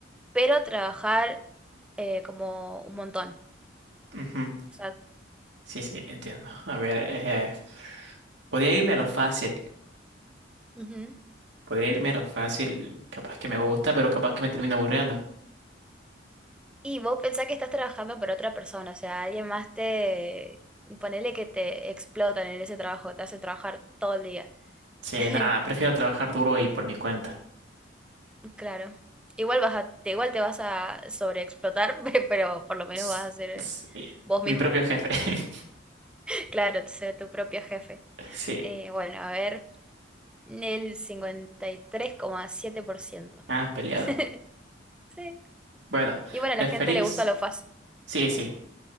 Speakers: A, in the centre; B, on the right.
A: pero trabajar eh, como un montón?
B: Ujú.
A: O sea,
B: Sí, sí, entiendo. A ver, eh,
A: ok.
B: podría irme a lo fácil.
A: Ujú.
B: Podría irme a lo fácil. Capaz que me gusta, pero capaz que me termina aburriendo.
A: Y vos pensás que estás trabajando para otra persona, o sea, alguien más te... Ponele que te explotan en ese trabajo, te hace trabajar todo el día.
B: Sí,
A: <laughs>
B: nada, prefiero trabajar duro y por mi cuenta.
A: Claro. Igual vas a, te- igual te vas a sobreexplotar, <laughs> pe- pero por lo menos
B: S-
A: vas a ser
B: sí,
A: vos
B: mi
A: mismo.
B: propio jefe. <laughs>
A: <laughs> Claro, ser tu propio jefe.
B: Sí,
A: Eh, bueno, a ver, el cincuenta y tres coma siete por ciento
B: ah, peleado.
A: <laughs> Sí.
B: Bueno,
A: Y bueno,
B: ¿preferís?
A: a la gente le gusta lo fácil.
B: Sí, sí,